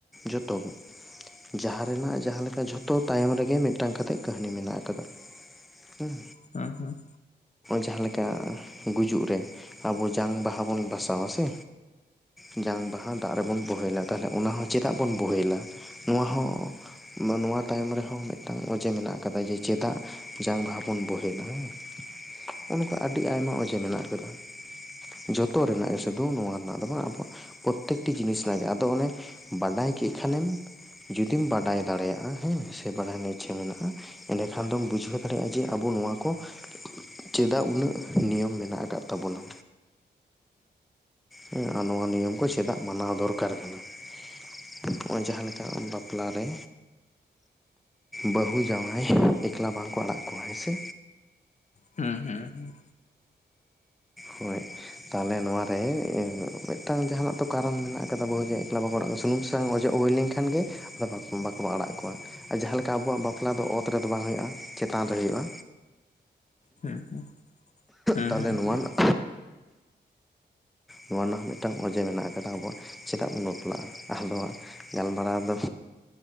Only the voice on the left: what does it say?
ᱦᱟᱸ ᱦᱟᱸ
ᱦᱩᱸ ᱦᱩᱸ ᱦᱩᱸ
ᱦᱮᱸ <inaudible> ᱦᱮᱸ
ᱦᱮᱸ
ᱦᱮᱸ